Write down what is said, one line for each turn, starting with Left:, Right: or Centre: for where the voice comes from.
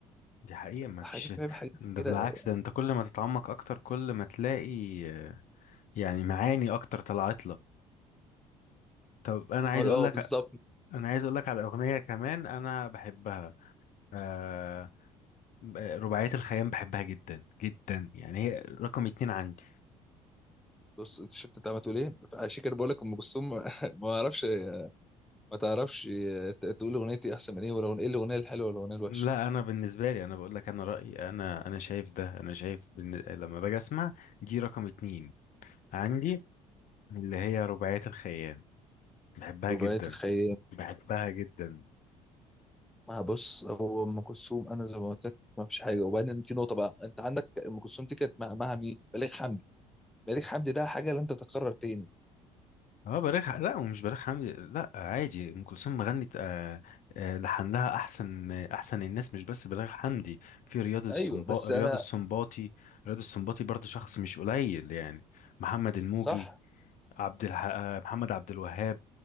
Left: دي حقيقه ما
Centre: حاجه
Left: فيش
Centre: فاهم حاجات
Left: ده
Centre: كده
Left: بالعكس ده انت كل ما تتعمق اكتر كل ما تلاقي آه، يعني معاني اكتر طلعت لك طب انا عايز
Centre: اه
Left: اقول
Centre: آه،
Left: لك
Centre: بالظبط
Left: انا عايز اقول لك على اغنيه كمان انا بحبها آه رباعيه الخيام بحبها جدا جدا يعني هي رقم اتنين عندي
Centre: بص انت شفت انت عمال تقول ايه عشان كده بقول لك ام كلثوم <laughs> ما اعرفش ما تعرفش ت- تقول اغنيتي احسن من ايه ولا ايه الاغنيه الحلوه ولا الاغنيه الوحشه
Left: لا انا بالنسبه لي انا بقول لك انا رايي انا انا شايف ده انا شايف بن... لما باجي اسمع دي رقم اتنين عندي اللي هي رباعيه الخيام بحبها
Centre: رباعيه
Left: جدا
Centre: الخيال
Left: بحبها جدا
Centre: ما بص هو ام كلثوم انا زي ما قلت لك ما فيش حاجه وبعدين في نقطه بقى انت عندك ام كلثوم دي كانت مع, مع مين بليغ حمدي بليغ حمدي ده حاجه لن تتكرر تاني
Left: اه بليغ ح- لا ومش بليغ حمدي لا عادي ام كلثوم غنت آه آه لحن لها احسن احسن الناس مش بس بليغ حمدي في رياض السنبا
Centre: ايوه بس
Left: رياض
Centre: انا
Left: السنباطي رياض السنباطي برضه شخص مش قليل يعني محمد الموجي
Centre: صح
Left: عبد الح... آه، محمد عبد الوهاب